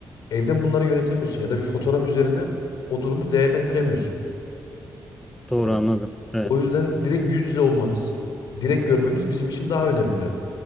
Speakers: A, on the left; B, in the centre.
A: evden bunları yönetemiyorsun ya da bir fotoğraf üzerinden o durumu değerlendiremiyorsun.
B: Doğru
A: Yani
B: anladım.
A: o
B: Evet,
A: o yüzden direkt yüz yüze olmamız, direkt görmemiz bizim için daha önemli.